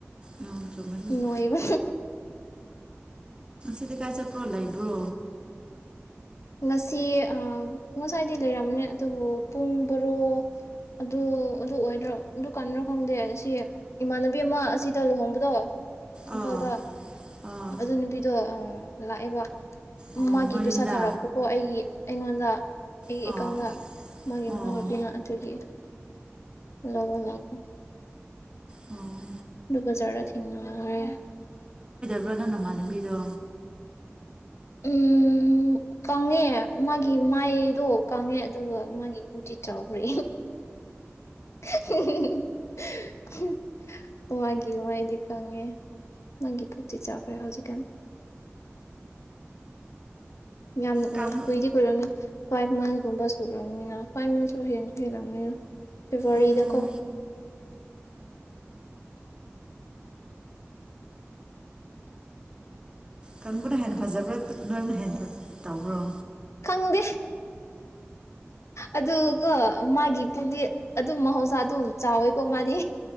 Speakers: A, on the right (about 20°); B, on the left (about 70°).
A: ꯎꯝ ꯆꯨꯝꯃꯦ ꯑꯗꯨꯁꯨ
B: ꯅꯣꯏꯕ
A: ꯍꯖꯤ ꯀꯥꯏ ꯆꯠꯄ꯭ꯔꯣ ꯂꯩꯕ꯭ꯔꯣ
B: ꯉꯁꯤ ꯑ ꯉꯁꯥꯏꯗꯤ ꯂꯩꯔꯝꯝꯕꯅꯦ ꯑꯗꯨꯕꯨ ꯄꯨꯡ ꯕꯔꯣ ꯑꯗꯨ ꯑꯗꯨ ꯑꯣꯏꯗ꯭ꯔꯣ ꯑꯗꯨ ꯀꯥꯟꯅ꯭ꯔꯣ ꯈꯪꯗꯦ ꯑꯁꯤ ꯏꯃꯥꯟꯅꯕꯤ ꯑꯃ ꯑꯁꯤꯗ ꯂꯨꯍꯣꯡꯕꯗꯣ ꯏꯝꯐꯥꯜꯗ
A: ꯑꯣ ꯑꯣ
B: ꯑꯗꯨ ꯅꯨꯄꯤꯗꯣ ꯂꯥꯛꯑꯦꯕ
A: ꯑꯣ
B: ꯃꯥꯒꯤ
A: ꯅꯣꯏ
B: ꯄꯩꯁꯥ
A: ꯌꯨꯝꯗ
B: ꯊꯔꯛ ꯀꯣ ꯑꯩꯒꯤ ꯑꯩꯉꯣꯟꯗ ꯑꯩꯒꯤ
A: ꯑꯣ
B: ꯑꯦꯀꯥꯎꯟꯗ ꯃꯥꯒꯤ
A: ꯑꯣ
B: ꯃꯅꯥꯎꯅꯨꯄꯤꯅ ꯑꯗꯨꯒꯤ ꯂꯧꯕ ꯂꯥꯛꯄ
A: ꯑꯣ
B: ꯑꯗꯨꯕꯖꯥ ꯊꯦꯉꯅ
A: ꯭ꯔꯥ ꯇꯅꯃꯅꯕꯤꯗ
B: ꯎꯝ ꯀꯪꯉꯦ ꯃꯥꯒꯤ ꯃꯥꯏꯗꯣ ꯀꯪꯉꯦ ꯑꯗꯨꯒ ꯃꯥꯒꯤ ꯄꯨꯇꯤ ꯆꯥꯎꯈ꯭ꯔꯦ <unintelligible> ꯃꯥꯒꯤ ꯃꯥꯏꯗꯤ ꯀꯪꯉꯦ ꯃꯥꯒꯤ ꯄꯨꯇꯤ ꯆꯥꯎꯈ꯭ꯔꯦ ꯍꯧꯖꯤꯛꯀꯥꯟ ꯌꯥꯝ
A: ꯀꯪ
B: ꯀꯨꯏꯗꯤ ꯀꯨꯔꯣꯅ ꯐꯥꯏꯚ ꯃꯟꯁꯀꯨꯝꯕ ꯁꯨꯔꯛꯑꯅꯤꯅ ꯐꯥꯏꯚ ꯃꯟꯁꯁꯨ ꯍꯦꯟꯁꯨ ꯍꯦꯜꯂꯕꯅꯤꯅ ꯐꯦꯕꯋꯥꯔꯤꯗꯀꯣ
A: ꯎꯝ ꯀꯪꯕꯅ ꯍꯦꯟꯅ ꯐꯖꯕ꯭ꯔꯥ ꯅꯣꯏꯕꯅ ꯍꯦꯟꯅ ꯇꯧꯕ꯭ꯔꯣ
B: ꯈꯪꯗꯦ ꯑꯗꯨꯒ ꯃꯥꯒꯤ ꯄꯨꯗꯤ ꯑꯗꯨꯝ ꯃꯍꯧꯁꯥ ꯑꯗꯨꯝ ꯆꯥꯎꯋꯦꯀꯣ ꯃꯥꯅꯤ